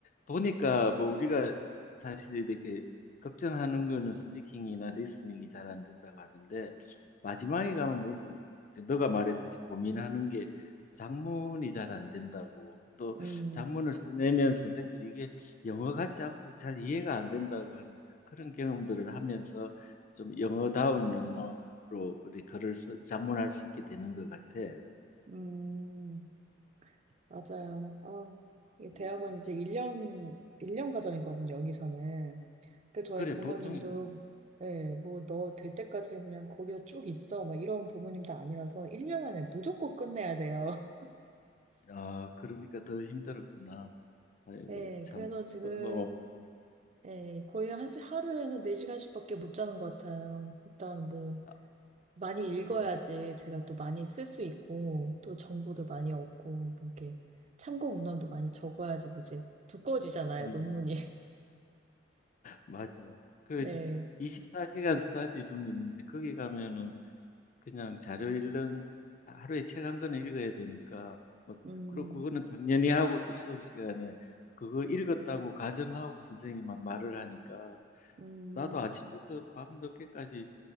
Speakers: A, on the left; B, on the right.
A: 보니까 뭐 우리가 사실 이렇게 걱정하는 거는 스피킹이나 리스닝이 잘 안 된다고 하는데 마지막에 가면 모두 너가 말했듯이 고민하는 게 작문이 잘 안 된다고 또
B: 음,
A: 작문을 써내면 선생들이 이게 영어 같지 않고 잘 이해가 안 된다고 하는 그런 경험들을 하면서 좀 영어다운 영어로 우리 글을 써, 작문할 수 있게 되는 것 같아.
B: 음. 맞아요. 아, 이 대학원
A: 음.
B: 이제 1년, 1년 과정이거든요, 여기서는. 그 저희
A: 그래
B: 부모님도,
A: 보통 이-
B: 예, 뭐, 너 될 때까지 그냥 거기서 쭉 있어. 막 이런 부모님도 아니라서 1년 안에 무조건 끝내야 돼요. <laughs>
A: 아 그러니까 더 힘들었구나. 아이고
B: 네.
A: 참.
B: 그래서 지금,
A: 어, 뭐
B: 예, 거의 한 시, 하루에는 4시간씩밖에 못 자는 것 같아요. 일단 뭐,
A: 아,
B: 많이 읽어야지
A: 음,
B: 제가 또 많이 쓸 수 있고, 또 정보도 많이 얻고,
A: 음,
B: 뭐 이렇게 참고 문헌도 많이 적어야지 뭐 이제 두꺼워지잖아요,
A: 음.
B: 논문이.
A: 맞아.
B: <laughs>
A: 그
B: 네.
A: 24시간 스터디 룸이 있는데 거기 가면은 그냥 자료 읽는 하루에 책 한 권을 읽어야 되니까 뭐,
B: 음,
A: 그리고 그거는 당연히 하고 또 수업 시간에 그거 읽었다고 가정하고 선생님이 막 말을 하니까
B: 음.
A: 나도 아침부터 밤 늦게까지